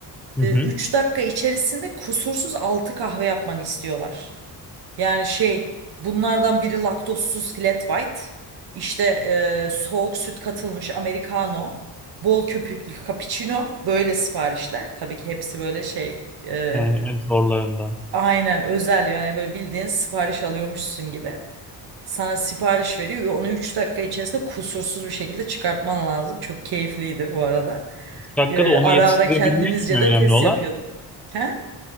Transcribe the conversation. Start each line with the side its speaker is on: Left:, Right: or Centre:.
Centre: Hı hı.
Right: 3 dakika içerisinde kusursuz 6 kahve yapmanı istiyorlar. Yani şey bunlardan biri laktozsuz flat white, işte e, soğuk süt katılmış americano, bol köpüklü cappuccino böyle siparişler. Tabii ki hepsi böyle şey e,
Centre: Yani en zorlarından.
Right: aynen özel yani böyle bildiğin sipariş alıyormuşsun gibi. Sana sipariş veriyor. Onu 3 dakika içerisinde kusursuz bir şekilde çıkartman lazım. Çok keyifliydi bu arada.
Centre: 3 dakikada
Right: E,
Centre: onu
Right: ara
Centre: yetiştirebilmek
Right: ara kendimizce
Centre: mi önemli
Right: de test
Centre: olan?
Right: yapıyorduk. He?